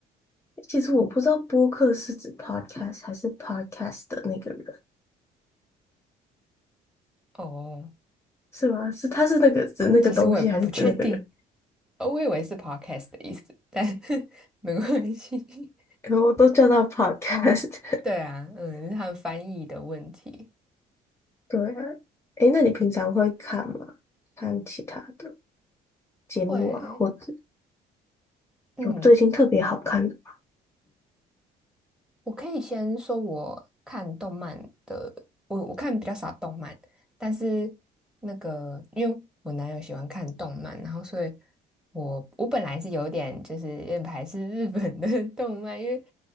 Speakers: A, on the left; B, in the centre.
A: 其实我不知道播客是指 podcast 还是 podcast 的那个人，
B: 哦，
A: 是吗？是他是那个指那个东西，
B: 其实我也不确定，
A: 还是指那个人？
B: 呃，我以为是 podcast 的意思，但 <laughs> 没关系。
A: <laughs> 然后我都叫他 podcast。
B: 对啊，嗯，是他们翻译的问题。
A: <laughs> 对啊，诶，那你平常会看吗？看其他的节目啊，
B: 会，
A: 或者
B: 嗯，
A: 有最近特别好看的吗？
B: 我可以先说我看动漫的，我我看比较少动漫。但是那个，因为我男友喜欢看动漫，然后所以我我本来是有点就是有点排斥日本的 <laughs> 动漫，因为